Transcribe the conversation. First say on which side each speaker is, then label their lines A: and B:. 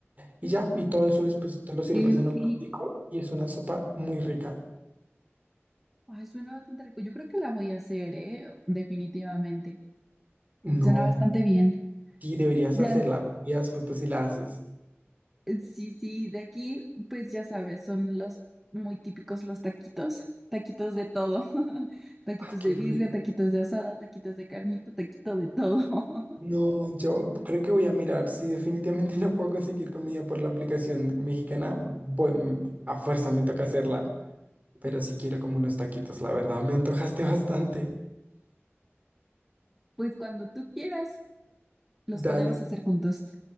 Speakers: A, on the right; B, in the centre.
A: Y ya, y todo eso después te lo sirves
B: Ok,
A: en un
B: ok.
A: platico y es una sopa muy rica.
B: Ay, suena bastante rico. Yo creo que la voy a hacer, ¿eh? Definitivamente.
A: No,
B: Suena bastante bien.
A: Sí, deberías
B: Ya
A: hacerla. Envías fotos y la haces.
B: Sí, sí, de aquí, pues ya sabes, son los muy típicos los taquitos, taquitos de todo, <laughs> taquitos
A: Ay, qué
B: de birria,
A: rico.
B: taquitos de asada, taquitos de carnita, taquito de todo. <laughs>
A: No, yo creo que voy a mirar. Si definitivamente <laughs> no puedo conseguir comida por la aplicación mexicana, bueno, a fuerza me toca hacerla. Pero sí quiero como unos taquitos, la verdad. Me antojaste <laughs> bastante.
B: Pues cuando tú quieras, los
A: Dale.
B: podemos hacer juntos.